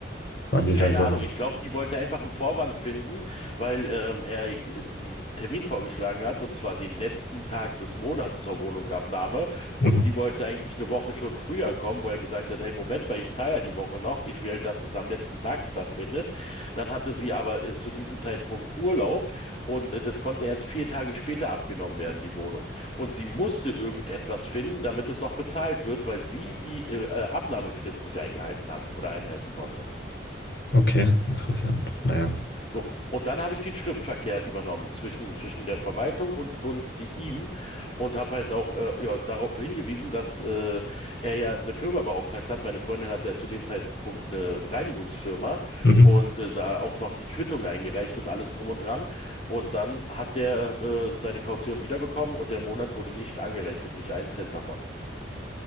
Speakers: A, on the left; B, on the left.
A: waren die
B: Keine
A: da so?
B: Ahnung, ich glaube, die wollte einfach einen Vorwand finden, weil ähm, er äh, einen Termin vorgeschlagen hat, und zwar den letzten Tag des Monats zur Wohnungsabnahme.
A: Mhm.
B: Und sie wollte eigentlich eine Woche schon früher kommen, wo er gesagt hat, hey, Moment mal, ich zahle ja die Woche noch, ich will, dass es am letzten Tag stattfindet. Dann hatte sie aber äh, zu diesem Zeitpunkt Urlaub und äh, das konnte erst vier Tage später abgenommen werden, die Wohnung. Und sie musste irgendetwas finden, damit es noch bezahlt wird, weil sie die äh, äh, Abnahmefrist nicht eingehalten hat oder einhalten konnte.
A: Okay, interessant. Naja.
B: So. Und dann habe ich den Schriftverkehr übernommen zwischen, zwischen der Verwaltung und, und ihm und habe halt auch äh, ja, darauf hingewiesen, dass äh, er ja eine Firma beauftragt hat. Meine Freundin hatte ja zu dem Zeitpunkt eine Reinigungsfirma
A: Mhm.
B: und äh, da auch noch die Quittung eingereicht und alles drum und dran. Und dann hat der äh, seine Kaution wiederbekommen und der Monat wurde nicht angerechnet, nicht einen Cent davon.